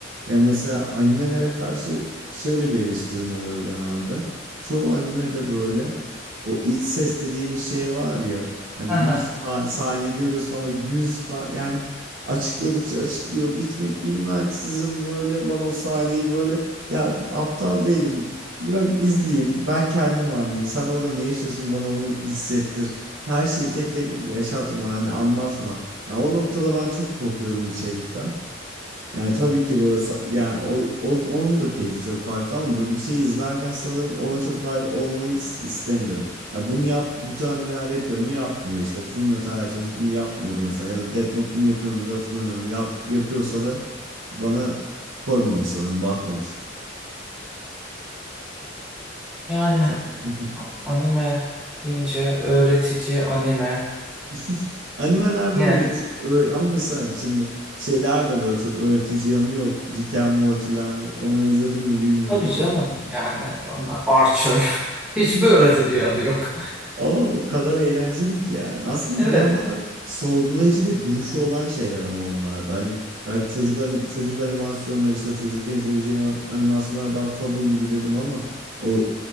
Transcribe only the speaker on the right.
ya mesela animelere karşı şöyle bir eleştirim oluyor genelde. Çoğu animede böyle o iç ses dediğimiz şey var ya hani
bir sah- sahneyi görüyorsun ama yüz ta- yani açıkladıkça açıklıyor bitmek bilmeksizin böyle bana o sahneyi böyle ya aptal değilim Bırak izleyeyim. Ben kendim anlayayım. Sen orada ne yaşıyorsun bana onu hissettir. Her şeyi tek tek yaşatma hani anlatma. Ya o noktada ben çok korkuyorum içerikten. Yani tabii ki böyle sa- yani o, o- onun da keyfi çok farklı ama böyle bir şey izlerken sanırım ona çok dahil olmayı is- istemiyorum. Ya bunu yap bütün animeler yapıyor mu? Yapmıyor işte. Full Metal Alchemist bunu yapmıyordu mesela ya da Death Note bunu yapıyor muydu hatırlamıyorum. Yap yapıyorsa da bana koymamış sanırım, batmamış.
Sen... <laughs>
<laughs> Animelerde
öğret öğ- ama mesela şimdi şeyler de böyle çok öğretici yanı yok. Rick and Morty'ler onları izledim mi bilmiyorum
ama.
<laughs>
Ama o kadar eğlenceli ki yani. Aslında
bir yandan da sorgulayıcı ve duruşu olan şeyler ama onlarda. Hani belki çocuk an- çocuk animasyonları işte o çocukken izleyebileceğim a- animasyonlar daha Fable gibi dedim ama o